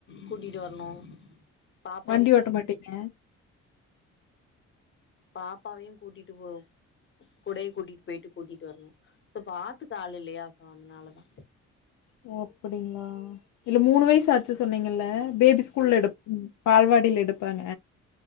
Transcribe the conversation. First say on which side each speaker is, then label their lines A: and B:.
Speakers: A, on the left; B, on the left.
A: கூட்டிட்டு வரணு பாப்பாவையு
B: வண்டி ஓட்ட மாடீங்க
A: பாப்பாவையு கூட்டிட்டு போ கூடையே கூட்டிட்டு போயிட்டு கூட்டிட்டு வரணு சோ பாத்து க்க ஆள் இல்லையா சோ அதுனாலதா
B: ஓ அப்புடிங்ளா இல்ல மூணு வயசு ஆச்சு சொன்னீங்கல்ல பேபி ஸ்கூல்ல எடுப் பால்வாடில எடுப்பாங்க